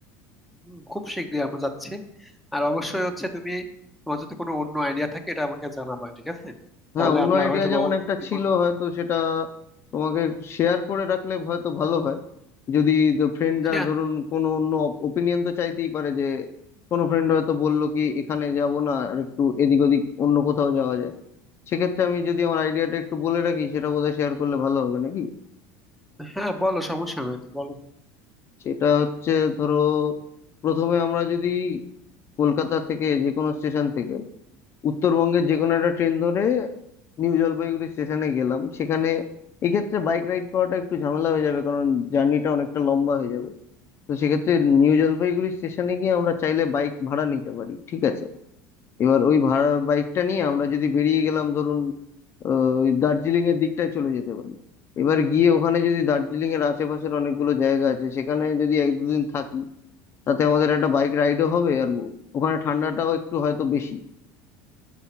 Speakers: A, in the centre; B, on the left.
A: হুম, খুব শীঘ্রই আমরা যাচ্ছি আর অবশ্যই হচ্ছে তুমি তোমার যদি কোনো অন্য আইডিয়া থাকে এটা আমাকে জানাবা ঠিক আছে
B: হ্যাঁ
A: তাহলে
B: অন্য
A: আমরা
B: আইডিয়া
A: হয়তো
B: যেমন
A: বা অন্য
B: একটা
A: কিছু
B: ছিল
A: করবো
B: হয়তো সেটা তোমাকে শেয়ার করে রাখলে হয়তো ভালো হয় যদি ফ্রেন্ডরা
A: হ্যাঁ
B: ধরুন কোনো অন্য ওপিনিয়ন তো চাইতেই পারে যে কোনো ফ্রেন্ড হয়তো বললো কি এখানে যাব না আর একটু এদিক ওদিক অন্য কোথাও যাওয়া যায় সেক্ষেত্রে আমি যদি আমার আইডিয়াটা একটু বলে রাখি সেটা বোধহয় শেয়ার করলে ভালো হবে নাকি
A: হ্যাঁ বলো সমস্যা নাই তো বলো
B: সেটা হচ্ছে ধরো প্রথমে আমরা যদি কলকাতা থেকে যে কোনো স্টেশন থেকে উত্তরবঙ্গের যে কোনো একটা ট্রেন ধরে নিউ জলপাইগুড়ি স্টেশনে গেলাম সেখানে এক্ষেত্রে বাইক রাইড করাটা একটু ঝামেলা হয়ে যাবে কারণ জার্নিটা অনেকটা লম্বা হয়ে যাবে তো সেক্ষেত্রে নিউ জলপাইগুড়ি স্টেশনে গিয়ে আমরা চাইলে বাইক ভাড়া নিতে পারি ঠিক আছে এবার ওই ভাড়া বাইকটা নিয়ে আমরা যদি বেরিয়ে গেলাম ধরুন আহ, ওই দার্জিলিং এর দিকটায় চলে যেতে পারি এবার গিয়ে ওখানে যদি দার্জিলিং এর আশেপাশের অনেকগুলো জায়গা আছে সেখানে যদি এক দুদিন থাকি তাতে আমাদের একটা বাইক রাইডও হবে আর ওখানে ঠান্ডাটাও একটু হয়তো বেশি